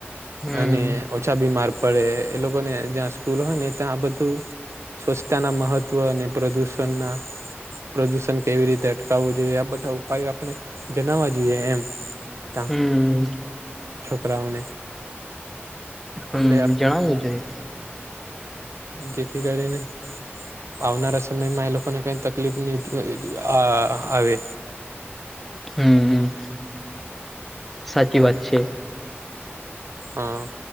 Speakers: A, in the centre; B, on the right.
A: હમ
B: અને ઓછા બીમાર પડે એ લોકોને જ્યાં સ્કૂલ હોય ને ત્યાં બધું સ્વચ્છતાના મહત્વ અને પ્રદૂષણના પ્રદૂષણ કેવી રીતે અટકાવવું જોઈએ આ બધા ઉપાયો આપણે જણાવવા જોઈએ એમ ત
A: હમ
B: છોકરાઓને
A: હમ
B: એટલે
A: જણાવ જોું
B: જેથી કરી ને આવનારા સમયમાં એ લોકોને કઈ તકલીફ ની આ આવે
A: હમ હમ સાચી વાત છે.
B: હા